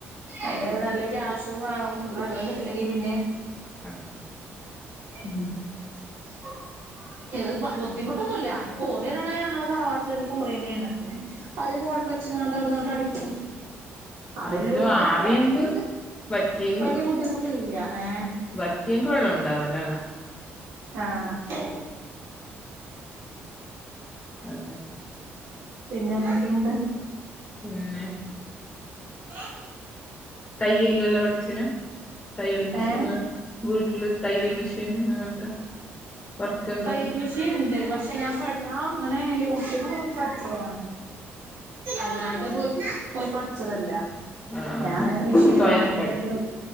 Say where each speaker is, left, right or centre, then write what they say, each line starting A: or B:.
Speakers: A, on the right (about 80°); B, on the left (about 20°).
A: അതിന് നല്ല കാശും വാണം ന്നിട്ട് വെള്ളം കിട്ടില്ലെങ്കിൽ പിന്നെ
B: ആഹ്
A: <inaudible> ഇത് ബുദ്ധിമുട്ടൊന്നുല്ല കൊറിയ ആണ് ഞങ്ങടെ തറവാട്ടിലെ കൊറിയ തന്നെണ് പിന്നെ. അതില് മോട്ടർ വെച്ച് കാണ്ട് അവിടുന്ന് ങ്ങോട്ട് അടിക്കും അതെല്ലോംണ്ട്
B: അതിലും ആറിയെങ്ക്
A: അതെല്ലോംണ്ട്
B: വറ്റിയെങ്ക്
A: വലിയ ബുദ്ധിമുട്ടില്ല ഏ
B: വറ്റിയെങ്കി വെള്ളം ഉണ്ടാവല്ലോല്ലേ
A: ആഹ്
B: അതെ
A: പിന്നെ എന്തൊക്കെ ന്ന്ട്ട്
B: ഞാ
A: ഏഹ്
B: തയ്യൽ എല്ലാം പടിച്ചീന്നോ തയ്യൽ മെഷീനാ
A: ഏഹ്
B: വീട്ടില് തയ്യൽ മെഷീൻ അങ്ങനത്തെ വർക്ക് എന്തെങ്കും
A: തയ്യൽ മിഷീൻ ഇണ്ട് പക്ഷെ ഞാൻ പ ഞൻ ഇങ്ങനെ യൂട്യൂബ് നോക്കി പഠിച്ചതാണ്. അല്ലാതെ പോയി പോയി പഠിച്ചതല്ല
B: ആ ആ
A: ഞാൻ ഇങ്ങനെ മെഷീൻ
B: സ്വയം
A: വാങ്ങീട്ട്
B: പഠിച്ചു
A: പിന്നെ